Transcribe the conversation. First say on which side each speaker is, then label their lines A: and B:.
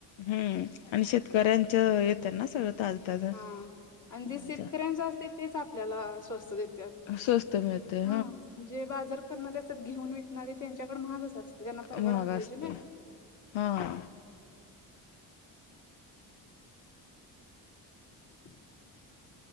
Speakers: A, on the left; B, on the left.
A: हम्म, आणि शेतकऱ्यांच येतं ना सगळं. ताजं ताजं
B: हा, आणि जे
A: भाज्या
B: शेतकऱ्यांच असतंय. तेच आपल्याला स्वस्त देत्यात
A: स्वस्त मिळते
B: हा. जे बाजार करणारे, घेऊन विकणारे त्यांच्याकडे महागचं असते, त्यांना परवडाय
A: महाग
B: पाहिजे
A: असते
B: ना.
A: हा. हा.
B: <unintelligible>